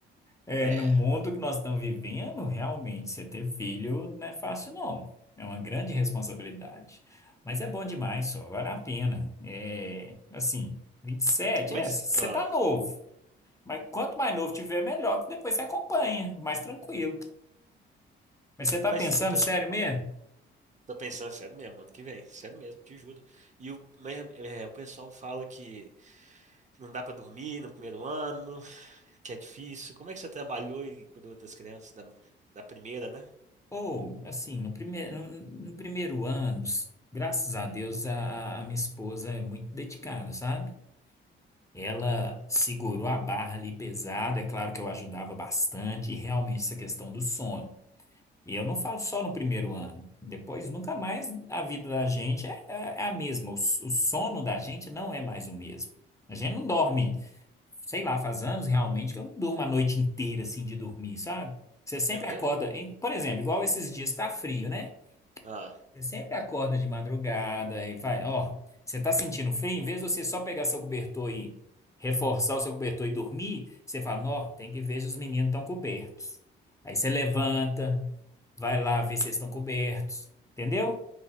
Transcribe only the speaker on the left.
É,
no mundo que nós estamos vivendo, realmente, você ter filho não é fácil, não. É uma grande responsabilidade. Mas é bom demais, só. Vale a pena. É, assim, 27
é, você
tá novo. Mas quanto mais novo tiver, melhor, que depois você acompanha, mais tranquilo. Mas você tá
pensando
sério mesmo?
Ou, assim, no primeiro, no, no primeiro ano, s- graças a Deus, a, a a minha esposa é muito dedicada, sabe? Ela
segurou a barra ali pesada, é claro que eu ajudava bastante, e realmente essa questão do sono. E eu não falo só no primeiro ano, depois nunca mais a vida da gente é, é- é a mesma, o, s- o sono da gente não é mais o mesmo. A gente não dorme, sei lá, faz anos realmente que eu não durmo a noite inteira assim de dormir, sabe? Você sempre
acorda, em- por exemplo, igual esses dias tá frio, né?
Você sempre acorda de madrugada e vai, ó, você tá sentindo frio? Em vez de você só pegar seu cobertor e reforçar o seu cobertor e dormir, você fala, ó, tem que ver se os meninos estão cobertos. Aí você levanta, vai lá ver se eles estão cobertos, entendeu?